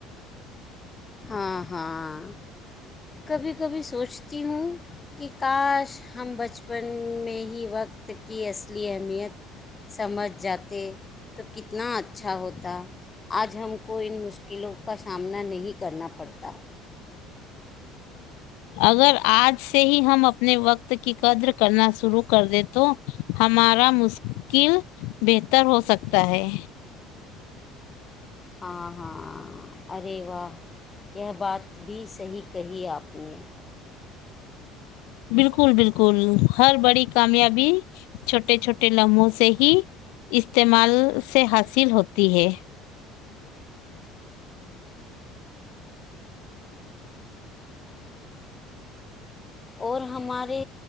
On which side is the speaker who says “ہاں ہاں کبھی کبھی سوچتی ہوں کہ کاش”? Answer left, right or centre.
Left